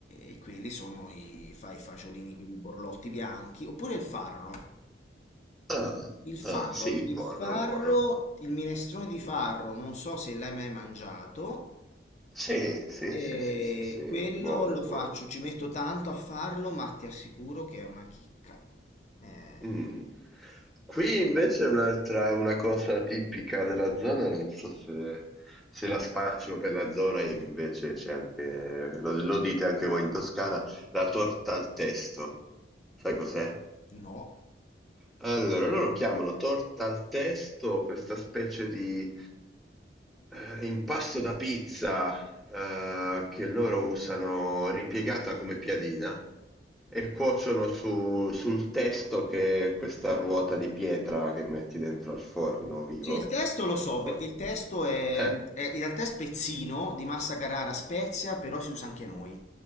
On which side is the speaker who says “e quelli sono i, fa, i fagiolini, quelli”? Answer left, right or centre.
Left